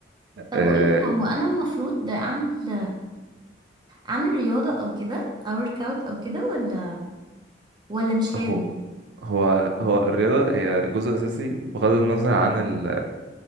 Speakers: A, on the right; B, on the right.
A: طب
B: آه
A: قولي هو انا المفروض اعمل اعمل رياضه او كده او ورك اوت او كده ولا ولا مش لازم
B: هو هو هو الرياضة هي جزء أساسي بغض النظر عن ال